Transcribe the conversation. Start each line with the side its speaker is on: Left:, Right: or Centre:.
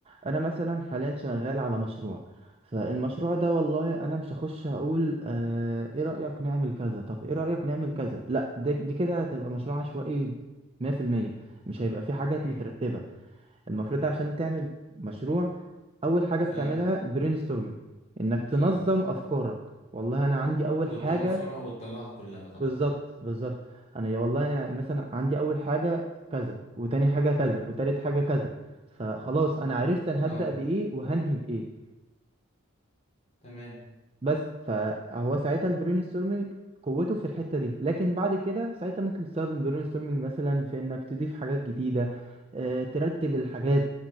Right: أنا مثلا حاليا شغال على مشروع فالمشروع ده والله أنا مش هخش أقول آه، إيه رأيك نعمل كذا طب إيه رأيك نعمل كذا لا ده- دي كده تبقى مشروع عشوائي 100% مش هيبقى في حاجات
Left: امم
Right: مترتبة المفروض عشان تعمل مشروع اول حاجه
Left: فا
Right: بتعملها البرين ستورمنج انك
Left: اكيد
Right: تنظم افكارك والله انا عندي اول
Left: وتعصرها
Right: حاجه
Left: وتطلعها كلها طبعا
Right: بالظبط بالظبط انا يا والله انا مثلا عندي اول حاجه كذا وتاني حاجه كذا وتالت حاجه كذا فخلاص انا عرفت انا
Left: اه
Right: هبدا بايه وهنهي بايه
Left: تمام
Right: بس فهو ساعتها البرين ستورمنج قوته في الحته دي لكن بعد كده ساعتها ممكن تستخدم البرين ستورمنج مثلا في انك تضيف حاجات جديده آه، ترتب الحاجات